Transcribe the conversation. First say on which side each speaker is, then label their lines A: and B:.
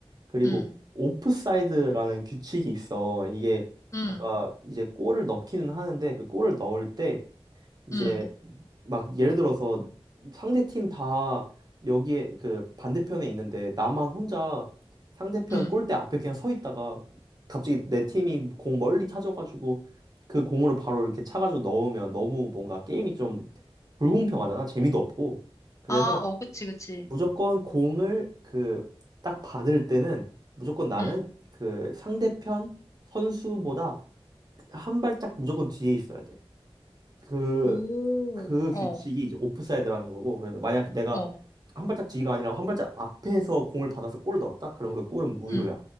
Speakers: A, on the right (about 40°); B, on the left (about 30°).
A: 그리고
B: 응,
A: 오프사이드라는 규칙이 있어. 이게,
B: 응,
A: 아까 이제 골을 넣기는 하는데, 그 골을 넣을 때, 이제
B: 응,
A: 막 예를 들어서 상대 팀 다 여기에 그 반대편에 있는데 나만 혼자 상대편
B: 응.
A: 골대 앞에 그냥 서 있다가 갑자기 내 팀이 공 멀리 찾아가지고 그 공으로 바로 이렇게 차가지고 넣으면 너무 뭔가 게임이 좀 불공평하잖아. 재미도 없고. 그래서
B: 아, 어, 그치, 그치.
A: 무조건 공을 그 딱 받을 때는 무조건 나는
B: 응.
A: 그 상대편 선수보다 한 발짝 무조건 뒤에 있어야 돼. 그,
B: 오,
A: 그 규칙이
B: 어.
A: 이제 오프사이드라는 거고, 그래서 만약 내가
B: 어.
A: 한 발짝 뒤가 아니라 한 발짝 앞에서 공을 받아서 골을 넣었다? 그러면 그 골은 무효야.
B: 응.